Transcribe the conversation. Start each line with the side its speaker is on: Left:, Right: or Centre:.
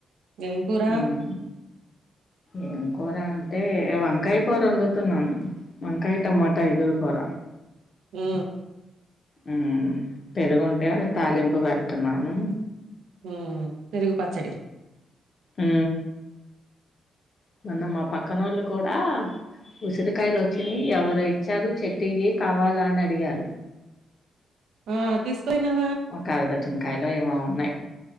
Right: ఏం కూర
Left: ఉమ్ ఏం కూర అంటే వంకాయ కూర వండుతున్నాను వంకాయ టమాటా ఎగురుకూర
Right: ఆ
Left: అ పెరుగుంటే తాలింపు పె తిన్నాను
Right: హ పెరుగు పచ్చడి
Left: ఉ మొన్న మా పక్కనోళ్ళు కూడా ఉసిరికాయలు వచ్చినాయి ఎవరో ఇచ్చారు చెట్టు ఈ కావాలా అని అడిగారు
Right: ఆ తీసుకుపోయినవ్
Left: ఒక అరడజన్ కాయలు ఏమో ఉన్నాయి